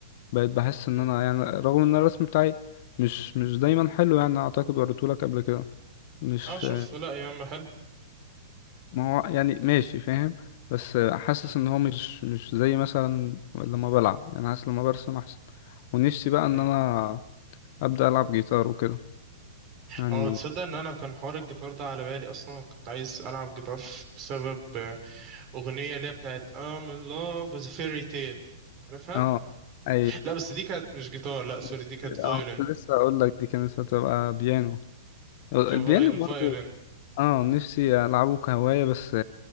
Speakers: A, on the left; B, on the right.
A: بقيت بحس ان
B: مم.
A: انا يعني رغم ان الرسم بتاعي مش مش دايما حلو يعني اعتقد وريتهولك قبل كده مش
B: اه شفت لا يا عم حلو
A: ما هو يعني ماشي فاهم بس حاسس
B: مم.
A: ان هو مش مش زي مثلا لما بلعب يعني حاسس لما برسم احسن ونفسي بقى ان
B: مم.
A: انا ابدا العب جيتار وكده يعني
B: اه تصدق ان انا كان حوار الجيتار ده على بالي اصلا كنت عايز العب جيتار بسبب آه، اغنية اللي هي بتاعت I'm in love with a fairy tale عارفها؟
A: اه اي
B: لا بس دي كانت مش جيتار لا سوري
A: بس
B: دي كانت violin
A: اه كنت لسه اقول لك دي كانت هتبقى بيانو البيانو
B: في فاي- الفايولين
A: برضه اه نفسي العبه كهواية بس